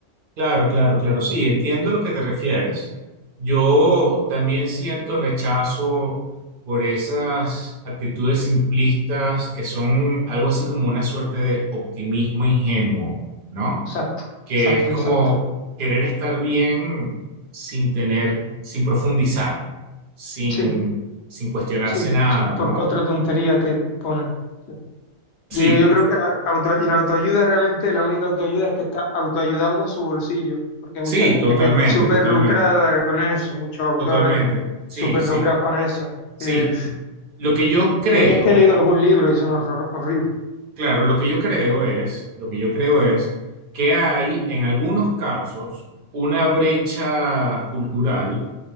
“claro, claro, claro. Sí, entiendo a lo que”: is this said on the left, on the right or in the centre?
Right